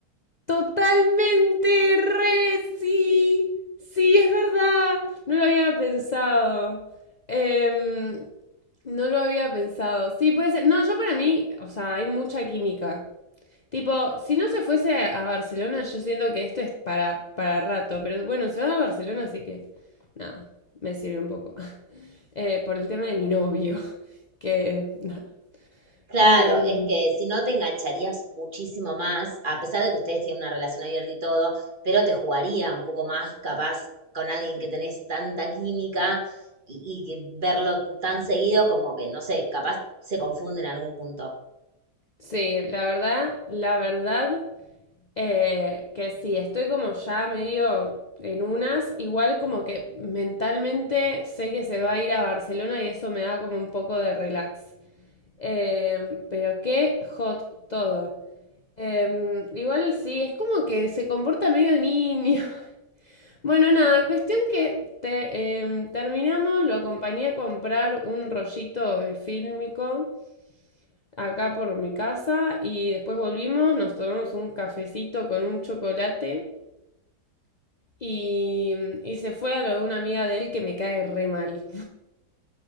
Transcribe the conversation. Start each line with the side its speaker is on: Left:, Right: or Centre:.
Left: Totalmente, re, sí. Sí, es verdad. No lo había pensado. Em, no lo había pensado. Sí, puede ser. No, yo para mí, o sea, hay mucha química. Tipo, si no se fuese a Barcelona, yo siento que esto es para, para rato. Pero bueno, se van a Barcelona, así que nada, me sirve un poco. <laughs> Eh, por el tema de mi novio, <laughs> que nada.
Right: Claro,
Left: Em,
Right: es que si no te engancharías muchísimo más, a pesar de que ustedes tienen una relación abierta y todo, pero te jugaría un poco más capaz con alguien que tenés tanta química y, y que verlo tan seguido como que, no sé, capaz se confunde en algún punto.
Left: sí, la verdad, la verdad. eh, que sí, estoy como ya medio en unas, igual como que mentalmente sé que se va a ir a Barcelona y eso me da como un poco de relax. Eh, pero qué hot todo. Eh, igual sí, es como que se comporta medio niño. <laughs> Bueno, nada, cuestión que te, eh, terminamos, lo acompañé a comprar un rollito eh, fílmico acá por mi casa y después volvimos, nos tomamos un cafecito con un chocolate Y, y se fue a lo de una amiga de él que me cae re mal.